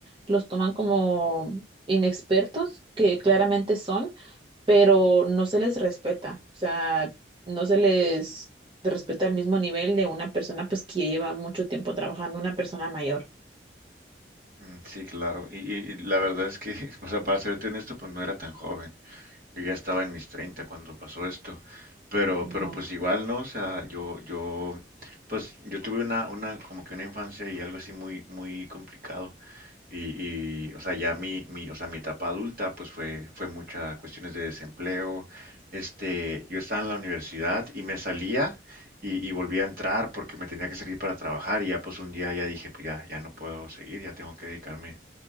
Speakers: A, on the right (about 25°); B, on the right (about 50°).
A: los toman como inexpertos, que claramente son, pero no se les respeta, o sea, no se les respeta al mismo nivel de una persona pues que ya lleva mucho tiempo trabajando, una persona mayor.
B: Mm, Sí, claro. Y, y- y la verdad es que, <laughs> o sea, para serte honesto, pues no era tan joven. Yo ya estaba en mis 30 cuando pasó esto. Pero, pero
A: Oh,
B: pues igual, ¿no? O sea, yo, yo, pues yo tuve una, una, como que una infancia y algo así muy, muy complicado. Y, y, o sea, ya mi, mi, o sea, mi etapa adulta, pues fue, fue muchas cuestiones de desempleo. Este, yo estaba en la universidad y me salía y, y volví a entrar porque me tenía que salir para trabajar y ya pues un día ya dije, pues ya, ya no puedo seguir, ya tengo que dedicarme